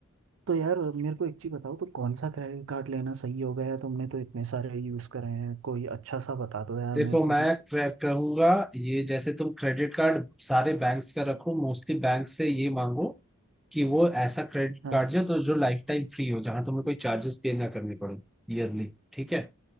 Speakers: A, on the right; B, in the centre.
A: तो यार मेरे को एक चीज़ बताओ तो कौन सा क्रेडिट कार्ड लेना सही होगा यार तुमने तो इतने सारे यूज़ करे हैं कोई अच्छा सा बता दो यार
B: देखो
A: मेरे
B: मैं
A: को भी
B: क्रे- कहूंगा ये जैसे तुम क्रेडिट कार्ड सारे बैंक्स का रखो मोस्टली बैंक से ये मांगो कि वो ऐसा क्रेडिट
A: हाँ
B: कार्ड जो तो जो लाइफ टाइम फ्री हो जहां तुम्हें कोई चार्जेस पे ना करने पड़े ईयरली ठीक है